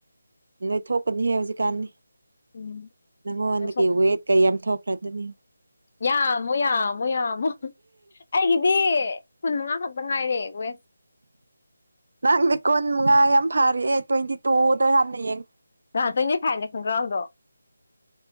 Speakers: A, on the right; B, on the left.
A: ꯅꯣꯏꯊꯣꯛꯀꯅꯤꯍꯦ ꯍꯧꯖꯤꯛꯀꯥꯟꯗꯤ
B: ꯎꯝ
A: ꯅꯪꯉꯣꯟꯗꯒꯤ
B: ꯅꯁꯨ
A: ꯋꯦꯠ ꯀꯩꯌꯥꯝ ꯊꯣꯛꯈ꯭ꯔꯗꯨꯅꯤ
B: ꯌꯥꯝꯃꯣ ꯌꯥꯝꯃꯣ ꯌꯥꯝꯃꯣ ꯑꯩꯒꯤꯗꯤ ꯀꯨꯟ ꯃꯉꯥ ꯈꯛꯇ ꯉꯥꯏꯔꯦ ꯋꯦꯠ
A: ꯅꯪꯗꯤ ꯀꯨꯟ ꯃꯉꯥ ꯌꯥꯝ ꯐꯥꯔꯦ ꯇ꯭ꯋꯦꯟꯇꯤ ꯇꯨꯗ ꯍꯥꯟꯅ ꯌꯦꯡ
B: ꯉ <unintelligible> ꯇ꯭ꯋꯦꯟꯇꯤ ꯐꯥꯏꯚꯅꯦ ꯈꯪꯒ꯭ꯔꯥꯎꯗꯣ